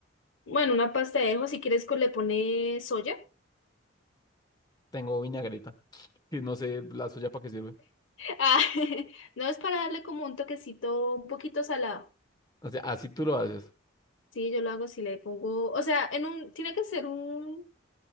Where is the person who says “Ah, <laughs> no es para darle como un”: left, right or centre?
Left